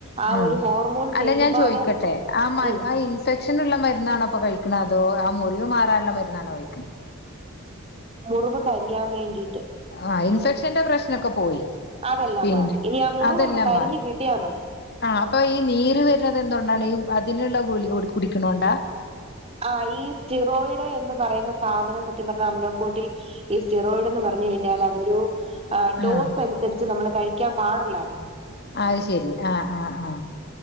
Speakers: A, on the right; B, on the left.
A: ആ
B: ഉം
A: ഒരു ഹോർമോൺ
B: അല്ല
A: ചേഞ്ച്
B: ഞാൻ
A: ഇപ്പൊ
B: ചോദിക്കട്ടെ
A: അത്
B: ആ മരുന്ന്
A: ഉം
B: ആ ഇൻഫെക്ഷനുള്ള മരുന്നാണോ ഇപ്പൊ കഴി ക്ക്ണെ അതോ ആ മുറിവ് മാറാനുള്ള മരുന്നാണ കഴിക്കുന്നത്
A: മുറിവ് കരിയാൻ വേണ്ടി
B: ആ ഇൻഫെക്ഷന്റെ പ്രശ്നൊക്കെ പോയി
A: അതെല്ലാം
B: പിന്നെ
A: മാറി ഇനി ആ മുറിവൊന്ന്
B: അതെല്ലാം
A: കരിഞ്ഞു
B: മാറി
A: കിട്ടിയാ മതി
B: ആ അപ്പൊ ഈ നീര് വരുന്നത് എന്തുകണ്ടാണ് ഈ അതിന്ള്ള ഗുളിക കൂടി കുടിക്കണോണ്ടാ?
A: ആ ഈ സ്റ്റിറോയിഡ് എന്ന് പറയുന്ന സാധനം സത്യം പറഞ്ഞ അമിനോകോട്ടി ഈ സ്റ്റിറോയിഡ്ന്ന് പറഞ്ഞ കഴിഞ്ഞാല അതൊരു
B: ആഹ്
A: ഡോസ് അനുസരിച്ച് നമ്മള് കഴിക്കാൻ പാടുള്ളായിരുന്നു
B: അത് ശെരി ആ ആ ആ